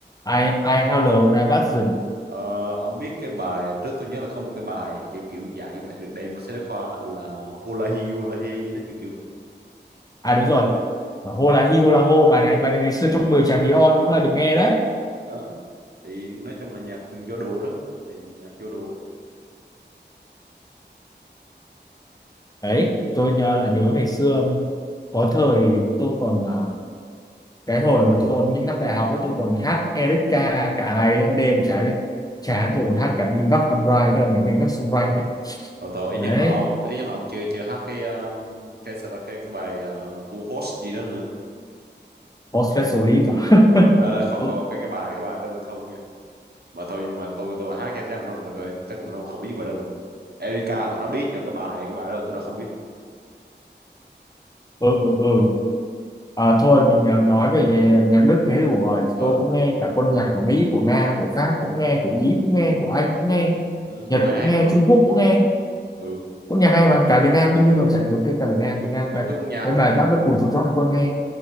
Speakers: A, on the left (about 20°); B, on the right (about 60°).
A: I I Held the Horizon
B: ờ ông biết cái bài trước tôi nhớ là có một cái bài kiểu kiểu dạng như vậy được đem một sách giáo khoa là hula hi hula he gì đó kiểu kiểu vậy
A: à đúng rồi và là hi hô là hô bài này bài này ngày xưa trong 10 chàng hí hon cũng là được nghe đấy
B: đó thì nói chung là nhạc vô đồ đó nhạc nhạc vô đồ
A: đấy tôi nhớ là nhớ ngày xưa có thời tôi còn à, cái hồi tôi những năm đại học ấy tôi còn hát Erika cả ngày lẫn đêm chả biết chán rồi còn hát cả Divac Amrai tức là người canh gác xung quanh đấy
B: Thôi thôi ít
A: đấy
B: nhất là ông ít nhất là ông chưa chưa hát cái um, cái sao ta cái cái bài uh, tu host gì đó nữa
A: có specialist
B: Cái- cái-
A: à?
B: ờ
A: <laughs>
B: đó đó không
A: ừ
B: không không, cái cái bài cái bài đó thôi nha mà thôi nhưng mà tôi tôi hát cho chắc là nó không được rồi chắc là nó không biết bài đó đâu Erika tụi nó biết nhưng mà cái bài cái bài đó tụi nó không biết
A: ừ ừ ừ. À, thôi mình à, nói về nhạc Đức thế đủ rồi
B: ờ
A: tôi cũng nghe cả quân nhạc của Mỹ của Nga của Pháp cũng nghe của Ý cũng nghe của Anh cũng nghe
B: ừ,
A: Nhật
B: tôi nghe hát
A: cũng nghe
B: mà
A: Trung Quốc cũng nghe
B: ừ
A: quân nhạc hay mà cả Việt Nam đương nhiên còn chả thiếu cái cả Việt Nam
B: cái,
A: Việt Nam
B: cái
A: vậy,
B: cái quân nhạc
A: cái bài
B: cái quân
A: giáp
B: nhạc
A: đất bùn chuột chóc hay quân nghe